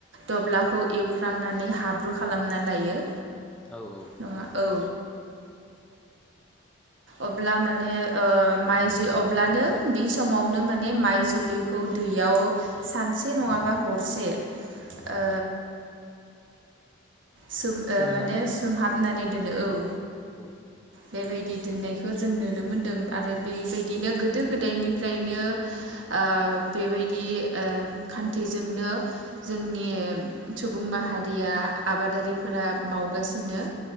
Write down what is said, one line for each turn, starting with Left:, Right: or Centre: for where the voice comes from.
Right: दब्लाखौ एवख्रांनानै हाब्रु खालामना लायो।
Centre: औ औ
Right: नङा औ अब्ला माने ओ माइ अब्लानो बे समावनो माने माइ जुलिखौ दैयाव सानसे नङाबा हरसे ओ सोम
Centre: सोमनानै
Right: माने
Centre: दोनो
Right: सोमहाबनानै बिदिनो औ।
Centre: औ।
Right: बेबायदि दोननायखौ जों नुनो मोनदों आरो बेबायदिनो गोदो गोदायनिफ्रायनो ओ बेबायदि ओ खान्थिजोंनो जोंनि सुबुं माहारिया आबादारिफोरा मावगासिनो।